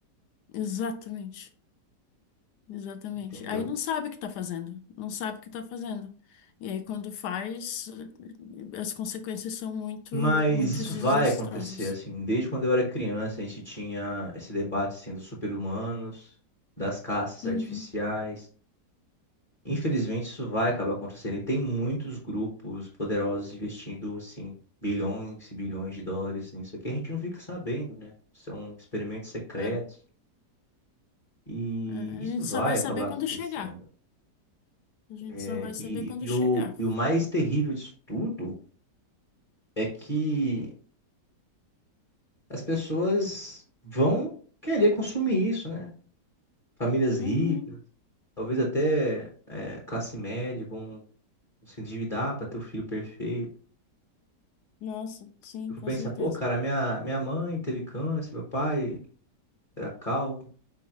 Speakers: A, on the left; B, on the left.
A: exatamente, exatamente.
B: entendeu?
A: Aí não sabe o que tá fazendo, não sabe o que tá fazendo. E aí, quando faz, as consequências são muito,
B: Mas
A: muito
B: isso
A: desastrosas.
B: vai acontecer, assim, desde quando eu era criança, a gente tinha esse debate, assim, dos super-humanos, das caças
A: Uhum.
B: artificiais, Infelizmente, isso vai acabar acontecendo. E tem muitos grupos poderosos investindo, assim, bilhões e bilhões de dólares nisso aqui. A gente não fica sabendo, né? São experimentos secretos.
A: É,
B: E
A: é, a
B: isso
A: gente
B: vai
A: só vai
B: acabar
A: saber quando
B: acontecendo.
A: chegar. A gente
B: É,
A: só vai saber
B: e,
A: quando
B: e e
A: chegar.
B: o, e o mais terrível disso tudo é que as pessoas vão querer consumir isso, né? Famílias ricas,
A: Uhum.
B: talvez até é, classe média, vão se endividar para ter o filho perfeito.
A: Nossa, sim,
B: Eu
A: com
B: vou pensar,
A: certeza.
B: pô, cara, minha, minha mãe teve câncer, meu pai era calvo.